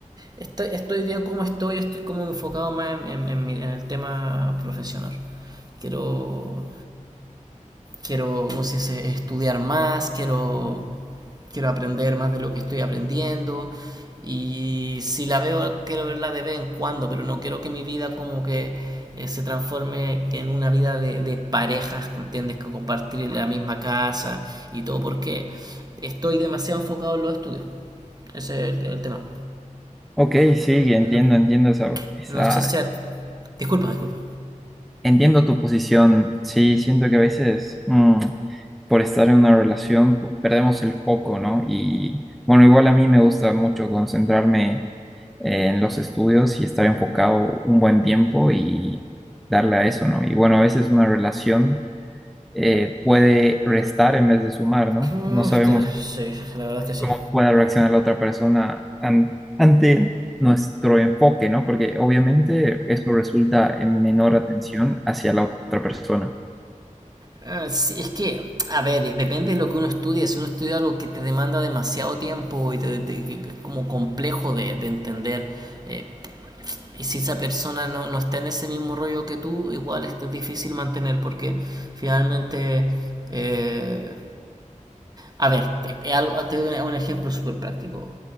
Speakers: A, on the right; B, in the centre.
A: estoy, estoy bien como estoy, estoy como enfocado más en, en- en mi- en el tema profesional. Quiero, quiero, ¿cómo se dice? Estudiar más, quiero quiero aprender más de lo que estoy aprendiendo y si la veo quiero verla de vez en cuando, pero no quiero que mi vida como que eh, se transforme en una vida de, de parejas, ¿entiendes? Que compartir la misma casa y todo porque estoy demasiado enfocado en los estudios. Ese es el, el tema.
B: Ok, sí, entiendo,
A: No,
B: entiendo esa, esa,
A: no sé si... a- Disculpa, disculpa.
B: entiendo tu posición. Sí, siento que a veces mm, por estar en una relación po- perdemos el foco, ¿no? Y bueno, igual a mí me gusta mucho concentrarme eh, en los estudios y estar enfocado un buen tiempo y darle a eso, ¿no? Y bueno, a veces una relación eh, puede restar en vez de sumar, ¿no?
A: Uf,
B: No sabemos
A: te- sí, la verdad es que sí.
B: cómo pueda reaccionar la otra persona an- ante nuestro enfoque, ¿no? Porque obviamente eso resulta en menor atención hacia la otra persona.
A: Eh, sí, es que, a ver, depende de lo que uno estudia Si uno estudia algo que te demanda demasiado tiempo y te, te- que es como complejo de, de entender, eh, y si esa persona no, no está en ese mismo rollo que tú, igual es que es difícil mantener porque finalmente eh, a ver, te, te doy un ejemplo súper práctico.